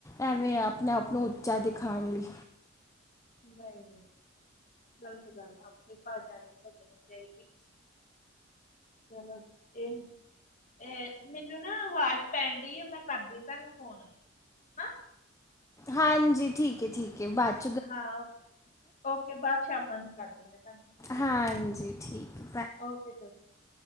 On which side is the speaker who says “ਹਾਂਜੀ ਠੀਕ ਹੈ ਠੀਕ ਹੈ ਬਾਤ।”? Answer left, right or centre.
Left